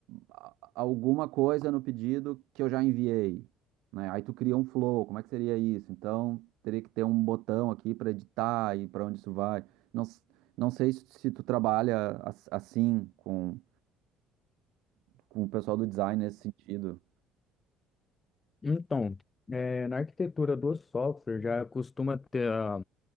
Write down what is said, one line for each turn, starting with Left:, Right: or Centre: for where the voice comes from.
Right: a- alguma coisa no pedido que eu já enviei, né? Aí tu cria um flow, como é que seria isso? Então, teria que ter um botão aqui para editar e para onde isso vai. Não, s- não sei se tu trabalha as- assim com, com o pessoal do design nesse sentido.
Left: Então, eh, na arquitetura do software já costuma ter a,